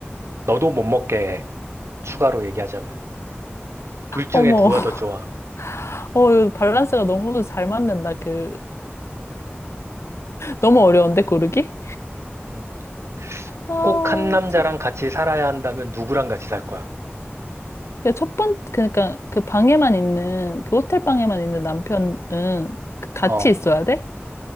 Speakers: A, on the right (about 80°); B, on the left (about 80°).
A: 너도 못 먹게 해. 추가로 얘기하자면. 둘 중에
B: 어머,
A: 누가
B: <laughs>
A: 더 좋아?
B: 어, 이거 밸런스가 너무 잘 맞는다. 그, 너무 어려운데, 고르기?
A: 음,
B: 아,
A: 꼭한 남자랑
B: 첫
A: 같이 살아야 한다면 누구랑 같이 살 거야?
B: 그 첫 번, 그러니까 그 방에만 있는, 그 호텔 방에만
A: 어,
B: 있는 남편은 그 같이
A: 어,
B: 있어야 돼?